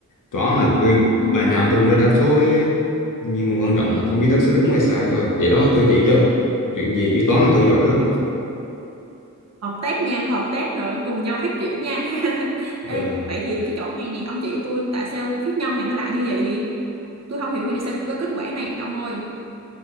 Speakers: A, on the left; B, on the right.
A: toán là cái
B: ừ.
A: bài nào tôi cũng ra đáp số ấy ấy. nhưng mà quan trọng là không biết đáp số đúng hay sai thôi vậy đó tôi chỉ cho chuyện gì chứ toán là tôi giỏi
B: ok.
A: lắm
B: hợp tác nha hợp tác rồi cùng nhau phát triển nha <laughs> Ê,
A: rồi
B: vậy thì cái chỗ này nè ông chỉ tôi tại sao cái phép nhân này nó lại như vậy vậy tôi không hiểu vì sao có kết quả này ông ơi